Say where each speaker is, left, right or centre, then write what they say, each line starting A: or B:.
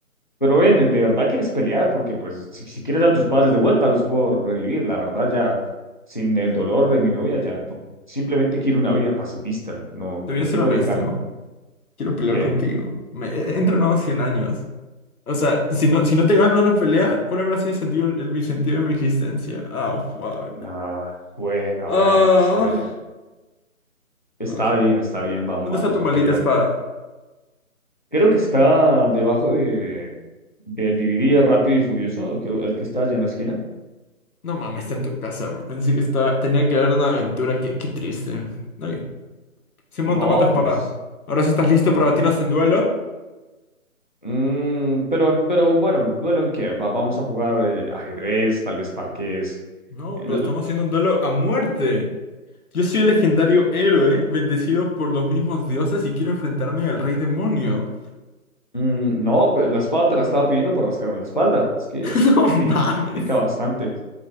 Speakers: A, on the left (about 35°); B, on the left (about 85°).
A: pero ven, ¿de de verdad quieres pelear? Porque pues si, si quieres a tus padres de vuelta, los puedo revivir. La verdad ya, sin el dolor de mi novia, ya no- simplemente quiero una vida pacifista. No,
B: Te voy
A: no
B: a ser
A: quiero
B: honesto.
A: dedicarme.
B: Quiero pelear
A: ¿Qué?
B: contigo. Me he he entrenado 100 años. O sea, si no, si no te gano una pelea, ¿cuál habrá sido el sentido, el, mi sentido de mi existencia? Oh, fuck.
A: Ah, bueno,
B: Ah,
A: bueno, está bien. Está
B: ok.
A: bien, está bien, vamos,
B: ¿Dónde
A: vamos
B: está tu
A: a
B: maldita
A: pelear.
B: espada?
A: Creo que está debajo de, Del DVD de Rápido y Furioso, creo, el que está allá en la esquina.
B: No mames, está en tu casa, bro. Pensé que estaba, tenía que dar una aventura. Qué, qué triste. Ok. Simón,
A: No,
B: toma tu espada.
A: pues.
B: ¿Ahora sí estás listo para batirnos en duelo?
A: mm, pero, pero bueno, duelo en qué. Va- vamos a jugar eh, ajedrez, tal vez parqués.
B: No,
A: La-
B: bro, estamos haciendo un duelo a muerte. Yo soy el legendario héroe, bendecido por los mismos dioses y quiero enfrentarme al rey demonio.
A: mm, no, pues, la espada te la estaba pidiendo para rascarme la espalda. Es que
B: <laughs> No
A: me pic-
B: mames.
A: me pica, bastante.